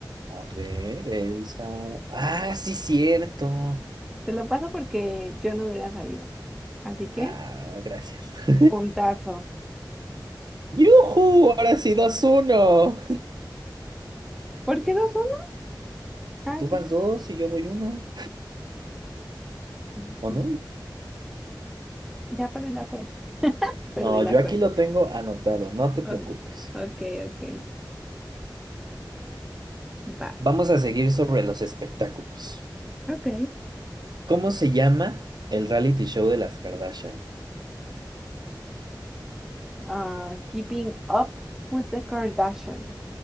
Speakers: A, on the right (about 60°); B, in the centre.
A: A ver, Elsa. Ah, sí, cierto.
B: te lo paso porque yo no hubiera sabido. Así que.
A: Ah, gracias. <laughs>
B: Puntazo.
A: ¡Yujú! Ahora sí, dos uno
B: ¿Por qué dos uno? Ah,
A: Tú
B: sí.
A: vas dos y yo voy uno.
B: Ah, sí.
A: ¿O no?
B: Ya perdí la cuenta. <laughs>
A: No,
B: Perdí la
A: yo
B: cuenta.
A: aquí lo tengo anotado, no te preocupes.
B: Oh, ok, ok. Vas.
A: Vamos a seguir sobre los espectáculos.
B: Ok.
A: ¿Cómo se llama el reality show de las Kardashian?
B: Ah, Keeping Up with the Kardashians.